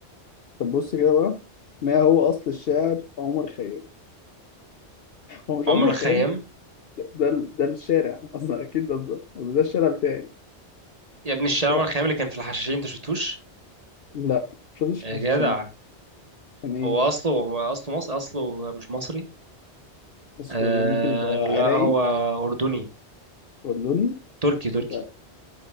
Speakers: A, on the left; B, on the right.
A: طب بص كده بقى ما هو أصل الشاعر عمر خيام؟ هو مش
B: عمر
A: عمر
B: الخيام
A: خيام ده ده, ال- ده الشارع <laughs> أصلا أكيد ده ده, ده الشارع بتاعي
B: يا ابن الشارع
A: شارع
B: عمر الخيام اللي كان في الحشاشين انت شفتوش
A: لا مش قصدي
B: يا
A: الحشاشين
B: جدع
A: كان إيه؟
B: هو اصله هو اصله مصري اصله مش مصري
A: أصله
B: آه
A: إيه؟ ممكن يبقى
B: لا
A: عراقي
B: هو اردني
A: أردني
B: تركي تركي
A: لا